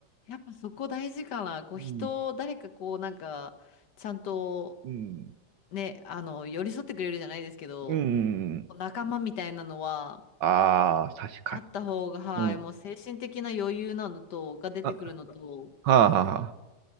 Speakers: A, on the left; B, on the right.
A: やっぱそこ大事かな。こう人、
B: うん、
A: 誰かこうなんか、ちゃんと
B: うん、
A: ね、あの、寄り添ってくれるじゃないですけど、
B: うん、うん
A: 仲間みたいなのは
B: ああ、確か
A: あった方が、はい、
B: に。うん。
A: もう精神的な余裕なのと、が出てくるのと、
B: あ、はあ、はあはあ。